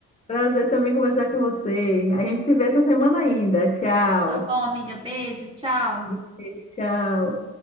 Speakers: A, on the left (about 25°); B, on the right (about 20°).
A: Prazer também conversar com você. A gente se vê essa semana ainda. Tchau.
B: Tá bom, amiga. Beijo, tchau.
A: Beijo, tchau.